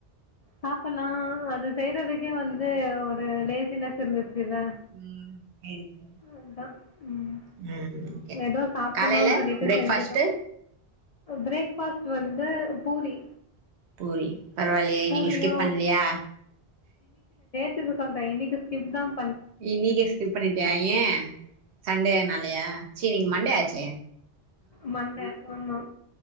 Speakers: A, on the left; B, on the right.
A: சாப்பல்லா அது செய்யறதுக்கே வந்து ஒரு லேசினஸ் இருந்துச் சில
B: ம் சேரி சேரி
A: அத்தா உம்
B: ம் ஓகே
A: ஏதோ சாப்புன்னுன்
B: காலைல
A: சொல்லிட்டு
B: பிரேக்ஃபாஸ்ட்டு
A: செஞ்சுட்டோ பிரேக் ஃபாஸ்ட் வந்து பூரி
B: பூரி பரவால்லியே
A: பூரியு
B: நீங்க ஸ்கிப் பண்லியா
A: திகு சொல்ற இன்னைக்கு ஸ்ஸிப்தாப்
B: இன்னிகே ஸ்கிப் பண்ணிட்டியா ஏ சண்டேனாலியா டினிங் மண்டே ஆச்சே
A: மண்டே ஆமா